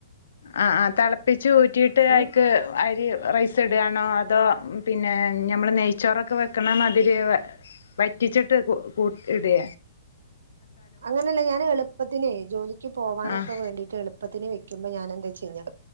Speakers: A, on the left; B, on the right.
A: ആഹ് ആഹ് തിളപ്പിച്ച് ഊറ്റിട്ട്
B: ഉം
A: അയ്ക്ക് അരി റൈസ് സ്ടാണോ അതോ പിന്നെ നമ്മൾ നെയ്ച്ചോറൊക്കെ വെക്കണ മാതിരി വറ്റിച്ചിട്ട് കു കൂട്ടി ഇടെ
B: അങ്ങനെല്ല ഞാന് എളുപ്പത്തിന് ജോലിക്ക് പോകാനൊക്കെ
A: ആഹ്
B: വേണ്ടീട്ട് എളുപ്പത്തിന് വെക്കുമ്പോ ഞാന എന്താച്ചയ്ഞ്ഞാ